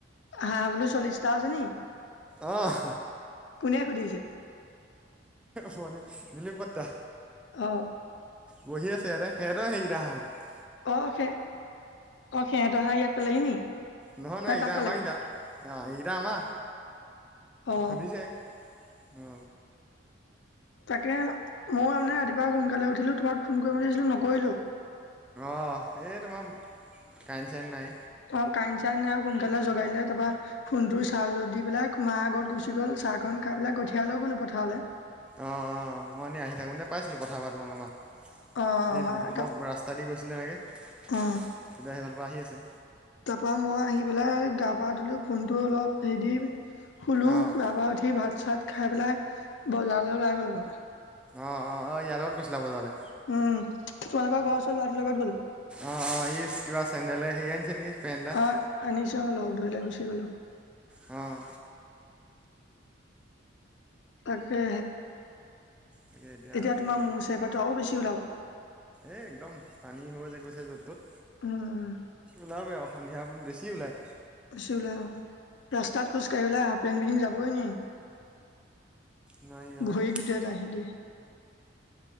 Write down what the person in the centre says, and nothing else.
অহ
ম নলিম পটটা
বহি আছেৰে হে ৰ সেইকেইটা হক
নহয়
নহয় সদা
আমাৰ সদা অ সিদ আমা
সুধিছে অ
অঁ এই তোমই ক চন নাই
অঁ অঁ মই এনেই আহি থাকোঁতে পাইছিলোঁ পথাাবৰা তোমাক আোমাৰ
এই
বহুত
মই ৰাস্তা দি গৈছিলো এনেকে তেতিয়া
সেইফালৰ পৰা আহি আছে
অ',
অ অ অ ইয়াৰ লগত গৈছিলা ব তাললে
অ অ ই কিবা চেণ্ডেল হে আনিছে নেকি পেণ্ এ
অঁ
তাকে এতিয়া
আজি
এ একদম পানী হৈ গৈছে য'ত তত
ওলাবই আৰু সন্ধিয়া ব বেছি ওলায়
নোৱাৰি অ',